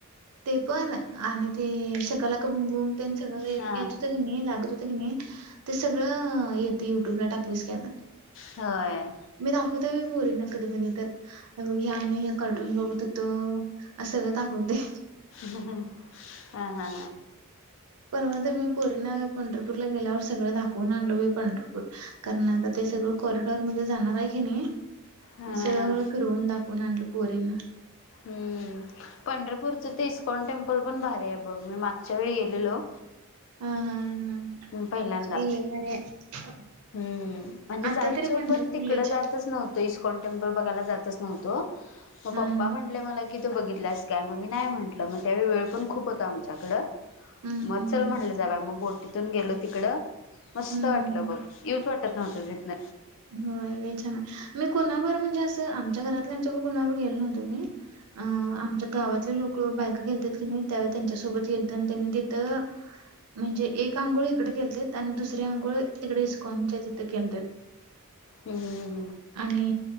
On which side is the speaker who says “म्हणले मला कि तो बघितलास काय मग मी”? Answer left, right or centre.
Left